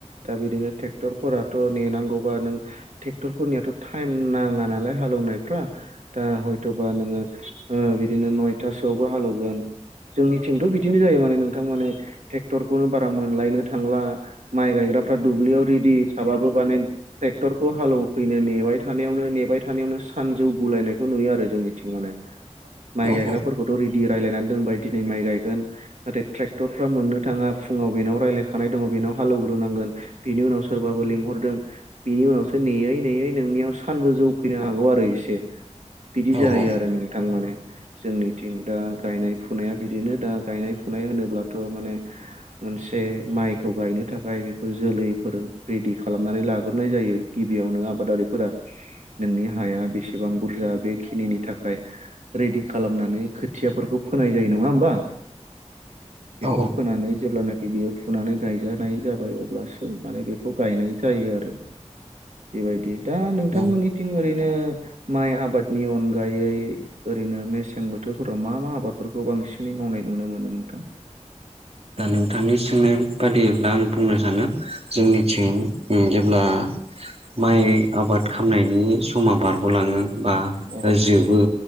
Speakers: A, on the right; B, on the right.
A: दा बिदिनो ट्रेक्टरफोराथ' नेनांगौबा नों ट्रेक्टरफोरनियाथ' टाइम नाङा नालाय हालौवनायफ्रा दा हयथ'बा नोङो बिद दिनो नयथासोआवबो हालौगोन। जोंनिथिंथ' बिदिनो जायो माने नोंथां माने ट्रेक्टरखौनो बारा मोनलायनो थांला। माइ गायग्रा फ्रा दुब्लियाव रेडि थाबाबो माने ट्रेक्टरखौ हालवफैनो नेबाय थानायावनो नेबाय थानायावनो सानजौ गुलायनायखौ नुयो आरो जोंनिथिं माने । माइ गायग्राफोरखौथ'
B: औ
A: रेदि रायलायनानै दोनबाय दिनै माइ गायगोन‌। नाथाय ट्रेक्टरफ्रा मोननो थाङा फुङाव बेनाव रायलायखानाय दङ। बेनाव हालौव ग्रोनांगोन बेनि उनाव सोरबा बो लेंहरदों बिनि उनावसो नेैयै नेयै नोंनि आव सानबो जौ फैनो हागौ आरो एसे बिदि जायो
B: औ औ
A: आरो नोंथां माने। जोंनिथिं दा गायनाय फुनाया बिदिनो दा गायनाय फुनाय होनोब्लाथ' माने मोनसे माइखौ गायनो थाखाय बेखौ जोलैफोर रेडि खालामनानै लाग्रोनाय जायो गिबियाव नो आबादारिफोरा नोंनि हाया बेसेबां बुरजा बेखिनिनि थाखाय रेडि खालामनानै खोथियाफोरखौ फो फोनाय जायो नङा होमबा? बेखौ
B: औ
A: फोनानै जेब्लानाखि बियो। फुनानै गायजानाय जाबाय अब्लासो माने बेखौ गायनाय जायो आरो। बेबायदि दा नोंथांमोननिथिं
B: औ
A: ओरै नो माइ आबादनि अनगायै ओरैनो मेसें बोथोरफोराव मा मा आबादफोरखौ बां बांसिनै मावनाय नुनो मोनो नोंथां।
B: दा नोंथांनि सोंनाय बादिब्ला आं बुंनो सानदों जोंनिथिं उम जेब्ला माइ आबाद खालामनायनि समा बारग'लाङो बा
A: औ
B: जोबो।